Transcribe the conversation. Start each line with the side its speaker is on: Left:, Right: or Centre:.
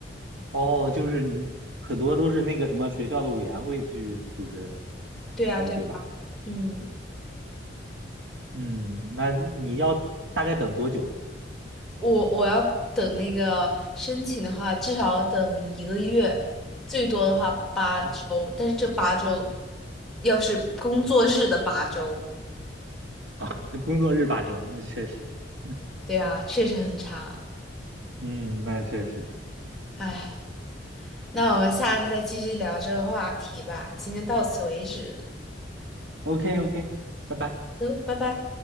Right: 哦，就是你很多都是那个什么学校的委员会去组织
Centre: 对呀，
Right: 的，
Centre: 对呀嗯。
Right: 对吧？嗯，那你要大概等多久啊？
Centre: 我我要等那个申请的话，至少要等一个月，最多的话八周。
Right: 哦，
Centre: 但是这八周，要是工作日的八周，
Right: 啊，<laughs> 工作日八周，那确实，<laughs>
Centre: 对啊，确实很长。
Right: 嗯，那确实的。
Centre: 唉，那我们下次再继续聊这个话题吧。今天到此为止，
Right: OK OK，拜拜。
Centre: 嗯，拜拜。